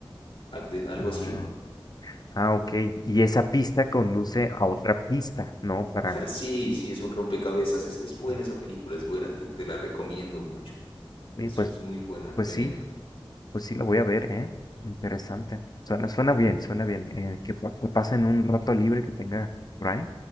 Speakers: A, on the left (about 75°); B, on the left (about 45°).
A: Al- de- Algo
B: Ah,
A: así va.
B: ah, ok. Y esa pista conduce a otra pista, ¿no? Para...
A: <laughs> Sí, sí, es un rompecabezas. Es, es buena
B: mm,
A: esa película, es buena, te, te la recomiendo mucho.
B: Y
A: Es,
B: pues,
A: es muy buena,
B: pues
A: Memento.
B: sí, Pues sí, la voy a ver, ¿eh? Interesante. Suena, suena bien, suena bien. Eh, que, pa- que pasen un rato libre que tenga por ahí,